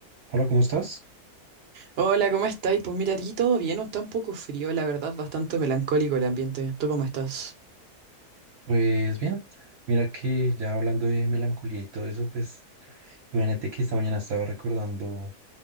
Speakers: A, on the right; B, on the right.
A: Hola, ¿cómo estás?
B: Hola, ¿cómo estáis? Pues mira, aquí todo bien, está un poco frío, la verdad, bastante melancólico el ambiente. ¿Tú cómo estás?
A: Pues bien, mira que ya hablando de melancolía y todo eso, pues imagínate que esta mañana estaba recordando